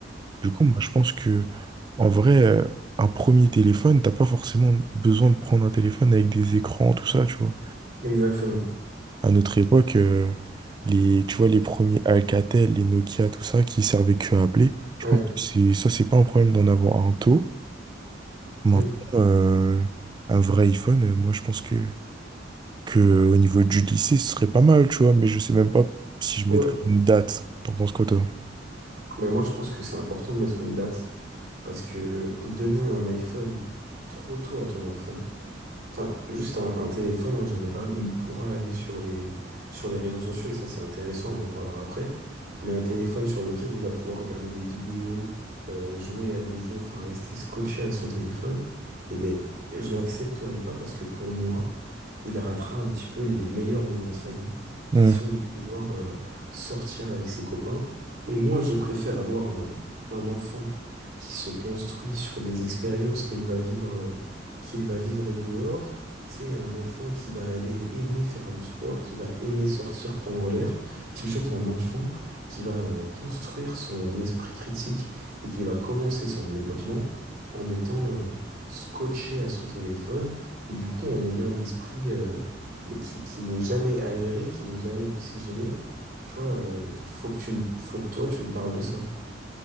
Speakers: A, on the right (about 25°); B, on the right (about 55°).
A: Du coup, moi, je pense que, en vrai, euh, un premier téléphone, t'as pas forcément besoin de prendre un téléphone avec des écrans, tout ça, tu vois.
B: exactement.
A: À notre époque, euh, les, tu vois, les premiers Alcatel, les Nokia, tout ça, qui servaient que à appeler, je
B: Ouais.
A: pense que c'est, ça, c'est pas un problème d'en avoir un tôt. Maintenant,
B: Mm.
A: euh, un vrai iPhone, euh, moi, je pense que que au niveau du lycée, ce serait pas mal, tu vois, mais je sais même pas si je
B: Ouais.
A: mettrais une date. T'en penses quoi, toi?
B: Mais moi, je pense que c'est important de mettre une date parce que donner un iPhone trop tôt à ton enfant, Enfin, juste un, un téléphone en général où il pourra aller sur les, sur les réseaux sociaux, et ça c'est intéressant, on en parlera après. Mais un téléphone sur lequel il va pouvoir regarder des vidéos, euh, jouer à des jeux, enfin rester scotché à son téléphone, eh ben, je l'accepterai pas parce que pour moi, il ratera un petit peu les meilleurs moments de sa vie,
A: Hmm.
B: qui sont de pouvoir euh, sortir avec ses copains. Et moi, je préfère avoir un, un enfant qui se construit sur des expériences qu'il va vivre. euh, qu'il va vivre dehors. c'est un enfant qui va aller aimer faire du sport, qui va aimer sortir, prendre l'air, plutôt qu'un enfant qui va euh, construire son esprit critique et qui va commencer son développement en étant euh, scotché à son téléphone et du coup en ayant l'esprit euh, mais qui, qui n'est jamais aéré, qui n'est jamais oxygéné. Tu vois, euh, faut que tu me, faut que toi tu me parles de ça.